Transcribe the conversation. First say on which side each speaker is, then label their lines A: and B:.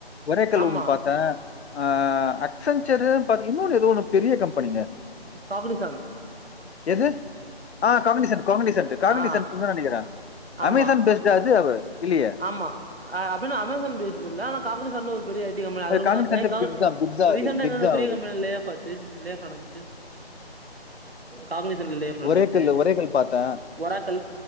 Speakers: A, on the left; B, on the right.
A: ஒரைக்கல்
B: ஆமா
A: ஒன்னு பாத்தே அ அசன்செரு பாத் இன்னொன் னு பெரிய கம்பெனிங்க
B: காக்னி சாந்த்
A: எது ஆ காக்னிசந்த் காக்னிசந்த் காக்னிசந்தா
B: ஆ
A: நினக்கிறே
B: ஆமா
A: அமேசான் பெஸ்ட் அது இல்லையே?
B: ஆமா ஆ அப்டின்னு அமேசான் பேசிட்டு இல்ல ஆனா காகனி சாந்த் ஒரு பெரிய ஐ டீ கம்பெனி அதுல
A: காக்னிசன்ட்
B: கூட காக்
A: பிக்
B: ஏ
A: தான் பிக் தான்
B: ரீசன்டா
A: அது. பிக்
B: எந்தந்த
A: தான்
B: பெரிய
A: அவரு.
B: கம்பெனில லேயாஃப் ஆச்சி லே ஆஃப் நடந்துச்சு காக்னிசன்ட் லேஆஃப் நடந்துச்சு
A: ஒரேக்கிள் ஒரேக்கிள் பார்த்தேன்.
B: ஒராக்கள்